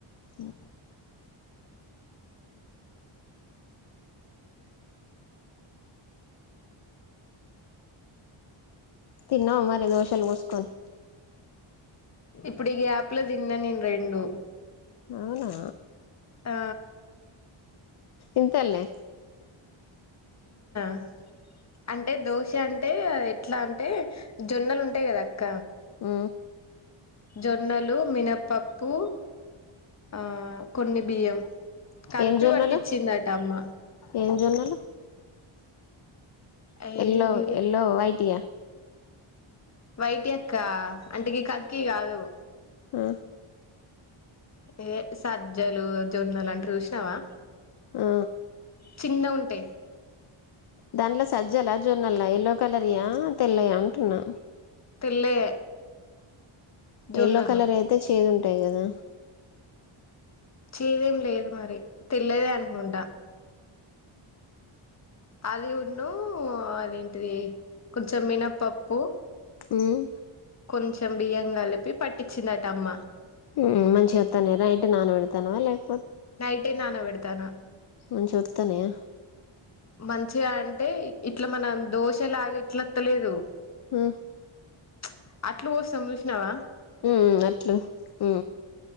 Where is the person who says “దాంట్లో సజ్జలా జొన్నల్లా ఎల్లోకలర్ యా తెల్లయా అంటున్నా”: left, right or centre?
Left